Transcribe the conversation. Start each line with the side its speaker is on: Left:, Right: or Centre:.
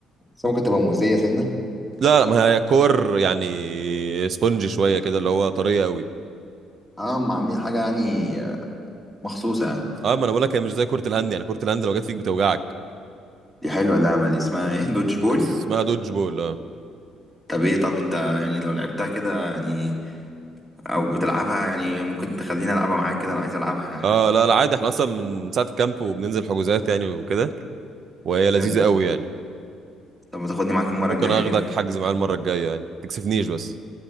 Centre: حاسه ممكن تبقى مؤذيه سنه
Right: لا لا، ما هي كور يعني سبونج شويه كده اللي هو طريه قوي
Centre: اه ما عاملين حاجه يعني آه، مخصوصه
Right: اه ما انا بقول لك هي مش زي كره الهند يعني كره الهند لو جت فيك بتوجعك
Centre: دي حلوه اللعبه دي اسمها ايه دودج بول
Right: اسمها دوج بول اه
Centre: طب ايه طب انت يعني لو لعبتها كده يعني او بتلعبها يعني ممكن تخليني العبها معاك كده انا عايز العبها يعني.
Right: اه لا لا عادي احنا اصلا من ساعه الكامب وبننزل حجوزات يعني وكده وهي لذيذه
Centre: بجد
Right: قوي يعني
Centre: طب ما تاخدني معاك المره
Right: ممكن
Centre: الجايه
Right: اخدك
Centre: كده
Right: حجز معايا المره الجايه يعني تكسفنيش بس